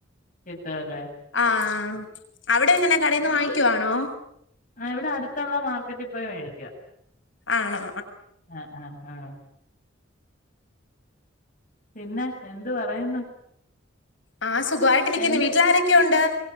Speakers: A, on the left; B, on the left.
A: കിട്ടൂലെ
B: ആഹ് അവിടെ എങ്ങന കടയിൽന്ന് വാങ്ങിക്കുവാണോ
A: ആഹ് ഇവിട അടുത്തുള്ള മാർക്കറ്റിപ്പോയി മേടിക്കും
B: ആണോ
A: ആഹ് ആഹ് ആഹ് പിന്നെ എന്തു പറയുന്നു
B: ആഹ് സുഖമായിട്ടിരിക്കുന്നു
A: എന്ത്
B: വീട്ടിൽ ആരൊക്കെ ഉണ്ട്